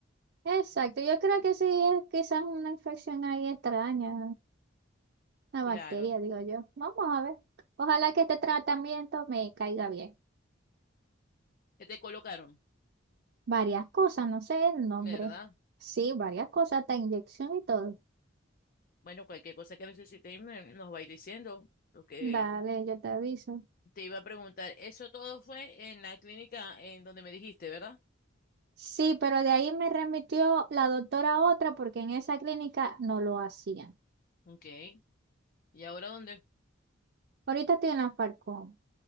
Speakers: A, on the right; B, on the left.
A: Exacto, yo creo que sí es quizás una infección ahí extraña, una
B: Claro.
A: bacteria, digo yo. Vamos a ver. Ojalá que este tratamiento me caiga bien.
B: ¿Qué te colocaron?
A: Varias cosas, no sé el nombre.
B: ¿Verdad?
A: Sí, varias cosas, hasta inyección y todo.
B: Bueno, cualquier cosa que necesitéis me- nos vais diciendo. Lo que
A: Dale, yo te aviso.
B: te iba a preguntar, eso todo fue en la clínica en donde me dijiste, ¿verdad?
A: Sí, pero de ahí me remitió la doctora a otra porque en esa clínica no lo hacían.
B: Ok. ¿Y ahora dónde?
A: Ahorita estoy en la Falcón,